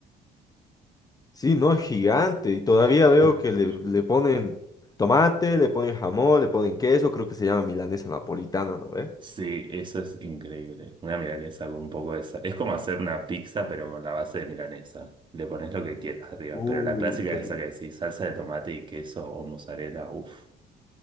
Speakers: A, on the left (about 20°); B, on the right (about 30°).
A: Sí, no, es gigante. Y todavía
B: <laughs>
A: veo que le, le ponen tomate, le ponen jamón, le ponen queso. Creo que se llama milanesa napolitana, ¿no ve?
B: Sí, eso es increíble. Una milanesa con un poco de esa. Es como hacer una pizza, pero con la base de milanesa. Le pones lo que quieras arriba.
A: Uh,
B: Pero la clásica
A: qué
B: es
A: rico.
B: esa que decís, salsa de tomate y queso o mozzarella. Uf,